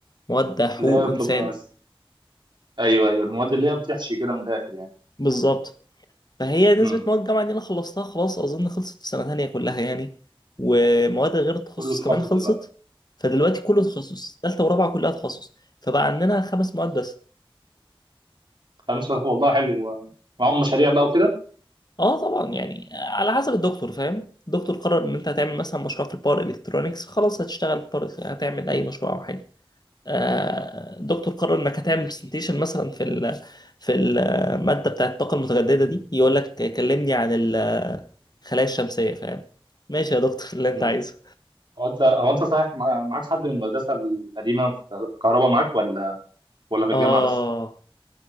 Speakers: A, on the left; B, on the right.
A: مواد حقوق
B: اللي هي بتبقى
A: انسان
B: ايوه ايوه المواد اللي هي بتحشي كده من الاخر يعني
A: بالظبط فهي نسبة
B: امم
A: مواد الجامعة دي أنا خلصتها خلاص أظن خلصت في سنة تانية كلها يعني ومواد غير التخصص
B: كله تخصص
A: كمان خلصت
B: دلوقتي
A: فدلوقتي كله تخصص تالتة ورابعة كلها تخصص فبقى عندنا خمس مواد بس
B: خمسه والله حلو معاهم مشاريع بقى وكده
A: اه طبعا يعني على حسب الدكتور فاهم الدكتور قرر ان انت هتعمل مثلا مشروع في الباور الكترونكس خلاص هتشتغل باور هتعمل اي مشروع او حاجه آه، الدكتور قرر انك هتعمل
B: مم.
A: برزنتيشن مثلا في ال في الماده بتاعه الطاقه المتجدده دي يقول لك كلمني عن الخلايا الشمسيه فاهم ماشي يا دكتور اللي انت
B: مم.
A: عايزه
B: هو انت هو انت صحيح مع- معاك حد من المدرسه القديمه في الكهرباء معاك ولا ولا في الجامعه
A: اه
B: بس